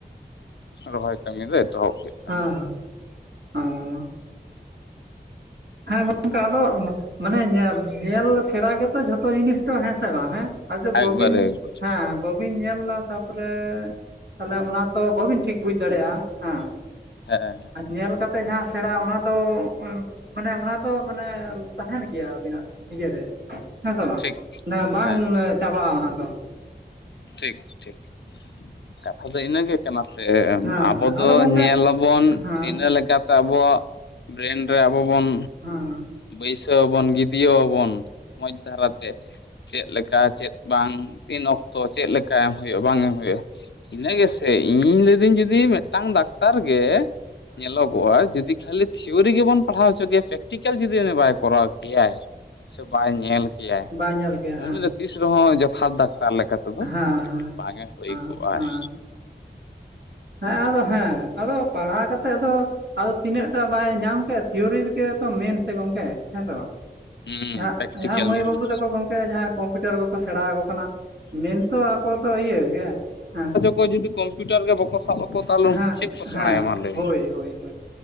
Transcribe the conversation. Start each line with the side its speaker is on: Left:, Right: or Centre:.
Left: ᱨᱚᱦᱚᱭ ᱠᱟᱹᱢᱤ ᱫᱚ ᱮᱛᱚᱦᱚᱵ ᱠᱮᱜ
Right: ᱦᱟᱸ ᱦᱟᱸ ᱟᱸ ᱾ ᱦᱮᱸᱚᱝᱠᱟ ᱟᱫᱚ ᱢᱟᱱᱮ ᱧᱮᱞ ᱥᱮᱬᱟ ᱜᱮᱛᱚ ᱡᱚᱛᱚ ᱡᱷᱚᱛ ᱛᱚ ᱡᱤᱱᱤᱥ ᱫᱚ ᱦᱮᱸ ᱥᱮ ᱵᱟᱝ ᱦᱮᱸ ᱟᱫᱚ
Left: ᱮᱠᱵᱟᱨᱮ
Right: ᱵᱟᱵᱤᱱ
Left: ᱮᱠᱵᱟᱨ
Right: ᱦᱮᱸ ᱵᱟᱹᱵᱤᱱ ᱧᱮᱞᱫᱟ ᱛᱟᱯᱚᱨᱮ ᱛᱟᱦᱚᱞᱮ ᱚᱱᱟ ᱛᱚ ᱵᱟᱹᱵᱤᱱ ᱴᱷᱤᱠ ᱵᱩᱡ ᱫᱟᱲᱮᱭᱟᱜᱼᱟ ᱦᱮᱸ
Left: ᱦᱮᱸ ᱮᱸ
Right: ᱟᱨ ᱧᱮᱞ ᱠᱟᱛᱮ ᱡᱟᱦᱟᱸ ᱥᱮᱲᱟ ᱚᱱᱟ ᱫᱚ ᱢᱟᱱᱮ ᱚᱱᱟ ᱫᱚ ᱢᱟᱱᱮ ᱛᱟᱦᱮᱱ ᱜᱮᱭᱟ ᱟᱵᱤᱱᱟᱜ ᱤᱭᱟᱹᱨᱮ ᱦᱮᱸ ᱥᱮ ᱵᱟᱝ
Left: ᱴᱷᱤᱠ
Right: ᱚᱱᱟ ᱵᱟᱝ
Left: ᱦᱮᱸ
Right: ᱪᱟᱵᱟᱜᱼᱟ ᱚᱱᱟ ᱫᱚ᱾
Left: ᱴᱷᱤᱠ ᱴᱷᱤᱠ ᱠᱟᱛᱷᱟ ᱫᱚ ᱤᱱᱟᱹ ᱜᱮ ᱾ ᱠᱟᱱᱟ ᱥᱮ
Right: ᱦᱮᱸ
Left: ᱟᱵᱚ
Right: ᱦᱮᱸ
Left: ᱫᱚ
Right: ᱟᱫᱚ ᱜᱚᱝᱠᱮ
Left: ᱧᱮᱞᱟᱵᱚᱱ
Right: ᱦᱮᱸ
Left: ᱤᱱᱟᱹ ᱞᱮᱠᱟᱛᱮ ᱟᱵᱚᱣᱟᱜ ᱵᱨᱮᱱ ᱨᱮ ᱟᱵᱚ ᱵᱚᱱ
Right: ᱦᱟᱸᱻ
Left: ᱵᱟᱹᱭᱥᱟᱹ ᱟᱵᱚᱱ ᱜᱤᱫᱽᱭᱟᱹ ᱟᱵᱚᱱ ᱢᱚᱡᱽ ᱫᱷᱟᱨᱟᱛᱮ ᱾ ᱪᱮᱫ ᱞᱮᱠᱟ ᱪᱮᱫ ᱵᱟᱝ ᱛᱤᱱ ᱚᱠᱛᱚ ᱪᱮᱫ ᱞᱮᱠᱟ ᱮᱢ ᱦᱩᱭᱩᱜᱼᱟ ᱵᱟᱝ ᱮᱢ ᱦᱩᱭᱩᱜᱼᱟ ᱤᱱᱟᱹᱜ ᱥ ᱥᱮ ᱤᱧ ᱞᱟᱹᱭᱫᱟᱹᱧ ᱡᱩᱫᱤ ᱢᱤᱫᱴᱟᱝ ᱰᱟᱠᱛᱟᱨ ᱜᱮ ᱧᱮᱞᱚᱜᱚᱜᱼᱟ ᱡᱩᱫᱤ ᱠᱷᱟᱹᱞᱤ ᱛᱷᱤᱨ ᱛᱷᱤᱭᱳᱨᱤ ᱜᱮᱵᱚᱱ ᱯᱟᱲᱦᱟᱣ ᱦᱚᱪᱠᱮᱭᱟ ᱯᱮᱠᱴᱤᱠ ᱠᱮᱞ ᱡᱩᱫᱤ ᱩᱱᱤ ᱵᱟᱭ ᱠᱚᱨᱟᱣ ᱠᱮᱭᱟᱭ ᱥᱮ ᱵᱟᱭ ᱧᱮᱞ ᱠᱮᱭᱟᱭ
Right: ᱵᱟᱭ ᱧᱮᱞ ᱠᱮᱭᱟ ᱦᱮᱸ
Left: ᱩᱱᱤᱜ ᱛᱤᱥ ᱨᱮᱦᱚᱸ ᱡᱚᱛᱷᱟᱛ ᱰᱟᱠᱛᱟᱨ ᱞᱮᱠᱟ ᱛᱮᱫᱚ
Right: ᱦᱮᱸ ᱦᱮᱸ
Left: ᱵᱟᱝ ᱮ ᱦᱳᱭ
Right: ᱦᱮᱸ
Left: ᱠᱚᱜ-ᱟᱭ᱾
Right: ᱦᱮᱸ ᱦᱮᱸ ᱟᱫᱚ ᱦᱮᱸ ᱟᱫᱚ ᱯᱟᱲᱦᱟᱣ ᱠᱟᱛᱮᱜ ᱫᱚ ᱟᱫᱚ ᱛᱤᱱᱟᱹᱜ ᱴᱟ ᱵᱟᱭ ᱧᱟᱢ ᱠᱮᱫ ᱛᱷᱤᱭᱳᱨᱤ ᱨᱮᱜᱮ ᱛᱚ ᱢᱮᱱ ᱥᱮ ᱜᱚᱢᱠᱮ ᱦᱮᱸ ᱥᱮ ᱵᱟᱝ?
Left: ᱦᱩᱸ
Right: ᱡᱟᱦᱟᱸᱜ
Left: ᱯᱨᱮᱠᱴᱤᱠᱮᱞ
Right: ᱡᱟᱦᱟᱸᱭ ᱢᱟᱹᱭ
Left: ᱡᱟᱦᱟᱸ
Right: ᱵᱟᱹᱵᱩ ᱛᱟᱠᱚ ᱜᱚᱢᱠᱮ ᱡᱟᱦᱟᱸᱭ ᱠᱚᱢᱯᱤᱭᱩᱴᱟᱨ ᱠᱚᱠᱚ ᱥᱮᱬᱟ ᱟᱠᱚ ᱠᱟᱱᱟ, ᱢᱮᱱᱛᱚ ᱟᱠᱚ ᱫᱚ ᱤᱭᱟᱹ ᱜᱮ ᱦᱮᱸ
Left: ᱚᱠᱚ ᱡᱩᱫᱤ ᱠᱚᱢᱯᱤᱭᱴᱟᱨ ᱜᱮ ᱵᱟᱠᱚ ᱥᱟᱵ ᱟᱠᱚ ᱛᱟᱦᱚᱞᱮ
Right: ᱦᱮᱸ
Left: ᱩᱱᱠᱩ ᱪᱮᱫ ᱠᱚ ᱥᱮᱬᱟᱭᱟ
Right: ᱦᱮᱸ
Left: ᱢᱟ ᱞᱟᱹᱭ
Right: ᱦᱳᱭ
Left: ᱢᱮ
Right: ᱦᱳᱭ